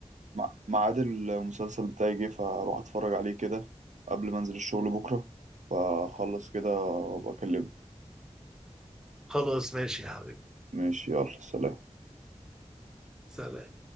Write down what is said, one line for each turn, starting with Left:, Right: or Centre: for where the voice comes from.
Right: مع- ميعاد المسلسل بتاعي جه فاروح اتفرج عليه كده قبل ما انزل الشغل بكره فاخلص كده وابقى اكلمك
Centre: خلاص ماشي يا حبيبي
Right: ماشي يلا سلام
Centre: سلام